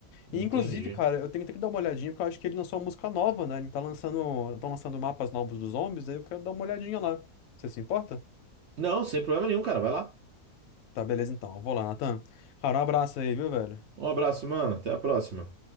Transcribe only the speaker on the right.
entendi.
Não, sem problema nenhum, cara. Vai lá.
Um abraço, mano. Até a próxima.